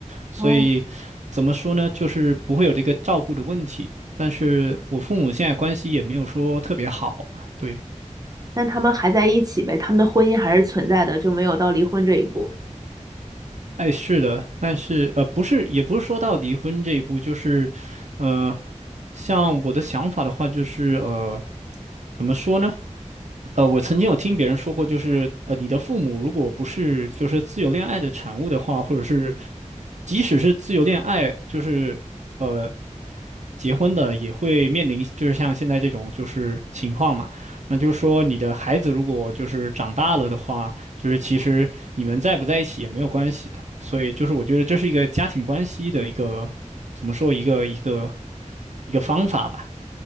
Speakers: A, on the right (about 65°); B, on the right (about 30°).
A: 所以怎么说呢，
B: 哦，
A: 就是不会有这个照顾的问题。但是我父母现在关系也没有说特别好吧？对，
B: 但他们还在一起呗，他们的婚姻还是存在的，就没有到离婚这一步。
A: 哎，是的，但是呃，不是，也不是说到离婚这一步，就是，呃，像我的想法的话，就是呃，怎么说呢？呃，我曾经有听别人说过，就是呃，你的父母如果不是就是自由恋爱的产物的话，或者是即使是自由恋爱，就是呃结婚的，也会面临就是像现在这种就是情况嘛。那就是说，你的孩子如果就是长大了的话，就是其实你们在不在一起也没有关系的。所以就是我觉得这是一个家庭关系的一个怎么说一个一个一个方法吧。